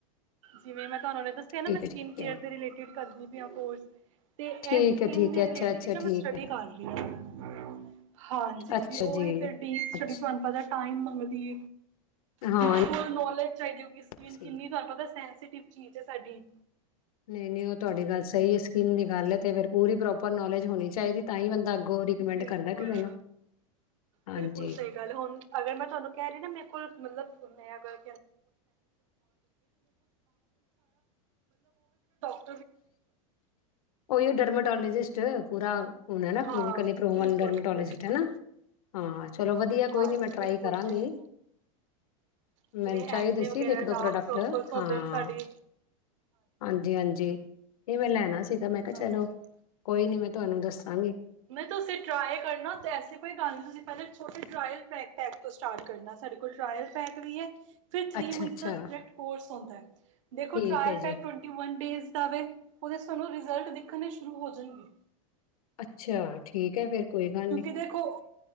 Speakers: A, on the right; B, on the left.
A: ਜਿਵੇਂ ਮੈਂ ਤੁਹਾਨੂੰ ਦੱਸਿਆ
B: ਠੀਕ
A: ਨਾ ਮੈਂ ਸਕਿਨ
B: ਹੈ ਠੀਕ
A: ਕੇਅਰ
B: ਹੈ
A: ਦੇ ਰਿਲੇਟਿਡ ਕਰਦੀ। ਵੀ ਕੋੋਸ ਤੇ
B: ਠੀਕ
A: ਸਕਨ
B: ਹੈ ਠੀਕ
A: ਦੇ
B: ਹੈ
A: ਰਿਲੇਟਿ
B: ਅੱਛਾ ਅੱਛਾ
A: ਮੈਂ
B: ਠੀਕ
A: ਸਟੱਡੀ
B: ਹੈ
A: ਕਰ ਰ ਹਾਂ ਹਾਂਜੀ
B: ਅੱਛਾ
A: ਉਹੀ-'
B: ਜੀ
A: ਫਿਰਟੀਛੀ
B: ਅੱਛਾ
A: ਤੁਹਾਨੂੰ ਪਤਾ ਟਾਈਮ ਮੰਗਦੀ।
B: ਹਾਂ
A: ਫੁਲ ਨੋਲੇਜ ਚਾਹੀਦੀ ਹੋ ਸਕੀਨ
B: ਸਹੀ।
A: ਕਿੰਨੀ ਤੁਹਾਨੂੰ ਪਤਾ ਸ ਿ ਚੀਜ਼ ਹੈ ਸਾਡੀ
B: ਨਹੀਂ ਨਹੀਂ ਉਹ ਤੁਹਾਡੀ ਗੱਲ ਸਹੀ ਹੈ ਸਕੀਮ ਦੀ ਗੱਲ ਤੇ ਫ ਪੂਰੀ ਪ੍ਰੋਪਰ ਨੋਲੇਜ ਹੋਣੀ ਚਾਹੀਦੀ। ਤਾਂ ਹੀ ਬੰਦਾ ਅੱਗੋਂ ਰਿਕਮੈਂਡ
A: ਬਿਲਕੁਲ
B: ਕਰਦਾ ਕਿਸੇ ਨੂੰ ਹਾਂਜੀ,
A: ਬਿਲਕੁਲ ਸਹੀ ਗੱਲ ਹੁਣ ਅਗਰ ਮੈਂ ਤੁਹਾਨੂੰ ਕਹਿ ਰਹੀ ਨਾ ਮੇਰੇ ਕੋਲ ਮਤਲਬ ਮੈਂ ਬ ਬ ਬ ਬ ਬ।
B: ਓ ਡਰਮਾਟੋਲੋਜਿਸਟ। ਪੂਰਾ। ਹੁਣ ਹੈ ਨਾ
A: ਹਾਂ
B: ਕਲੀਨਿਕਲੀ ਪ੍ਰੋਵਨ
A: ਬਿਲਕੁਲ
B: ਡਰਮਟੋਲੋਜਟ
A: ਬਿਲਕੁਲ
B: ਹੈ ਨਾ ਹਾਂ ਚਲੋ ਵਧੀਆ ਕੋਈ
A: ਹਾਂਜੀ
B: ਨਹੀਂ ਮੈਂ ਟਰਾਈ
A: ਬਿਲਕੁਲ
B: ਕਰਾਂਗੀ
A: ਜਿਵੇਂ ਜਿਵੇਂ
B: ਮੈਨੂੰ ਚਾਹੀਦੇ
A: ਐਕਨੇ
B: ਸੀ
A: ਵਗੈਰਾ
B: ਦੇਖ ਦਿਉ
A: ਡਾਰਕ
B: ਪ੍ਰੋਡਕਟ
A: ਸਰਕਲਸ ਹੁੰਦੇ
B: ਹਾਂ
A: ਨੇ ਸਾਡੀ
B: ਹਾਂਜੀ ਹਾਂਜੀ। ਇਹਵੇੈਂ ਲੈਣਾ ਸੀਗਾ ਮੈਂ ਕਿਹਾ
A: ਹਾਂਜੀ
B: ਚਲੋ ਕੋਈ ਨੀ ਮੈਂ ਤੁਹਾਨੂੰ ਦੱਸਾਂਗੀ।
A: ਮ ਤੁਸੀਂ ਟਰਾਲ ਕਰਨਾ ਐਸ ਕੋਈ ਗੱਲ ਨਹੀਂ ਤੁਸੀਂ ਪਹਿ ਛੋਟੇ ਟਲ ਪੈਕ ਤੋਂ ਸਟਾਰਟ ਕਰਨਾ ਸਾਡੇ ਕੋਲ ਟਰਾਇਲ ਪੈਕ ਵੀ ਹੈ। ਫਿਰ ਥ੍ਰਰੀ
B: ਅੱਛਾ-ਅੱਛਾ,
A: ਮੰਥ ਦਾ ਸਬਜੈਕਟ ਕੋਰਸ ਆਉਂਦਾ ਹੈ। ਹ। ਦੇਖੋ
B: ਠੀਕ
A: ਟਰਾਾਇਲ
B: ਹੈ
A: ਪੈਕ
B: ਜੀ।
A: ਟਵੈਂਟੀ ਵਨ ਡੇਜ਼ ਜਾਵੇ। ਉਹਦੇ ਸਾਨੂੰ ਰਿਜ਼ਲਟ ਦੇਖਣ ਸ਼ੁਰੂ ਹੋ ਜਾਣਗੇ।
B: ਅੱਛਾ ਠੀਕ ਹੈ ਫੇਰ ਕੋਈ ਗੱਲ
A: ਕਿਉਂਕਿ
B: ਨੀ।
A: ਦੇਖੋ